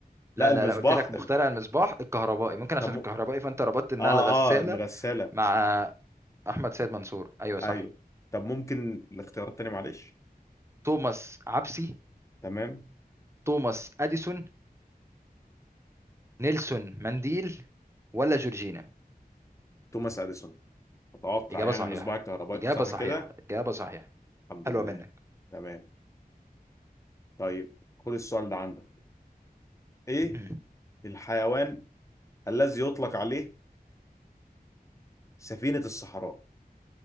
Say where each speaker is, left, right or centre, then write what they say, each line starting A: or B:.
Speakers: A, on the right (about 15°); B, on the left (about 20°).
A: لا
B: لا
A: لا
B: المصباح
A: لا قلت لك مخترع
B: ال-
A: المصباح الكهربائي ممكن عشان
B: طب م...
A: الكهربائي فانت ربطت انها
B: اه اه
A: الغسالة
B: الغسالة
A: مع احمد سيد منصور ايوه صح
B: ايوه طب ممكن الاختيار التاني معلش
A: توماس عبسي
B: تمام
A: توماس اديسون نيلسون مانديل ولا جورجينا
B: توماس اديسون اتوقع
A: اجابة
B: يعني
A: صحيحة
B: مصباح الكهرباء
A: اجابة
B: صح
A: صحيحة
B: كده
A: اجابة صحيحة
B: الحمد
A: حلوة
B: لله
A: منك
B: تمام طيب خد السؤال ده عندك ايه
A: مم.
B: الحيوان الذي يطلق عليه سفينة الصحراء